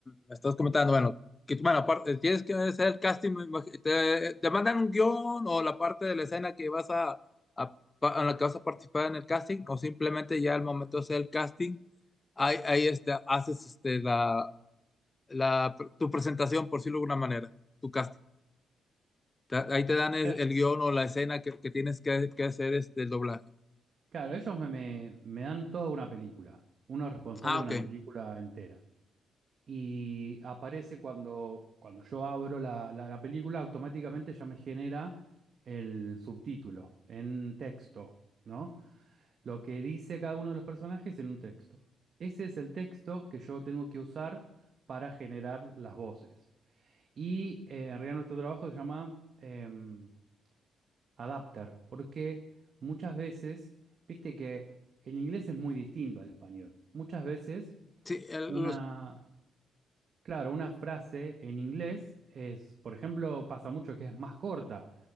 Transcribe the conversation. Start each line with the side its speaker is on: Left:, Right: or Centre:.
Left: me estás comentando, bueno, que, bueno, aparte, tienes que hacer el casting, me imag- te, te mandan un guión o la parte de la escena que vas a, a- pa- en la que vas a participar en el casting, o simplemente ya al momento de hacer el casting, ahí, ahí este, haces este, la, la- tu presentación, por decirlo de alguna manera, tu casting. Te- ahí te dan es-
Right: Cla-
Left: el, guión o la escena que, que tienes que, que hacer este, el doblaje.
Right: Claro, ellos me, me me dan toda una película, uno es responsable
Left: Ah,
Right: de
Left: ok.
Right: una película entera. y aparece cuando, cuando yo abro la, la- la película, automáticamente ya me genera el subtítulo en texto, ¿no? Lo que dice cada uno de los personajes en un texto. Ese es el texto que yo tengo que usar para generar las voces. Y eh, en realidad nuestro trabajo se llama em, adapter, porque muchas veces, viste que el inglés es muy distinto al español. Muchas veces
Left: Sí, el-
Right: una,
Left: los,
Right: Claro, una frase en inglés es, por ejemplo, pasa mucho que es más corta,